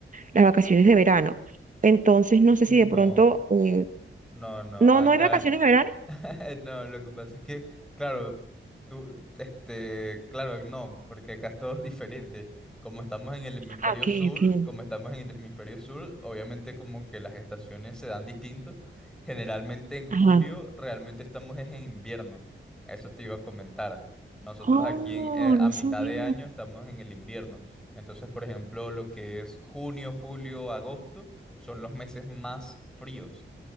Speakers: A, on the right (about 40°); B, in the centre.
A: las vacaciones de verano. Entonces, no sé
B: No,
A: si de pronto, eh,
B: no, no.
A: no,
B: Acá,
A: no hay vacaciones de
B: <laughs>
A: verano.
B: No, lo que pasa es que, claro, tú, este, claro, no, porque acá es todo <laughs> diferente. Como estamos en el hemisferio
A: Ah, ok,
B: sur,
A: ok.
B: como estamos en el hemisferio sur, obviamente como que las estaciones se dan distinto. Generalmente en julio
A: Ajá.
B: realmente estamos es en invierno. Eso te iba a comentar. Nosotros
A: Oh,
B: aquí en- eh, a
A: no
B: mitad
A: sabía.
B: de año estamos en el invierno. Entonces, por ejemplo, lo que es junio, julio, agosto son los meses más fríos.